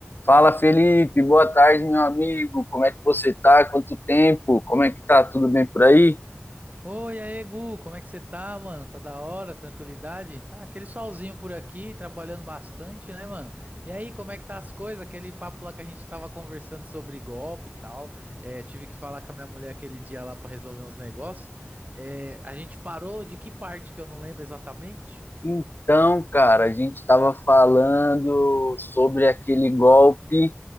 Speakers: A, on the left; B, on the right.
A: Fala Felipe, boa tarde, meu amigo. Como é que você tá? Quanto tempo? Como é que tá? Tudo bem por aí?
B: Oi, aí, Gu, como é que você tá, mano? Tá da hora, tranquilidade? Ah, aquele solzinho por aqui, trabalhando bastante, né, mano? E aí, como é que tá as coisas? Aquele papo lá que a gente tava conversando sobre golfe e tal. É, tive que falar com a minha mulher aquele dia lá pra resolver uns negócios. É, a gente parou de que parte que eu não lembro exatamente?
A: Então, cara, a gente estava falando sobre aquele golpe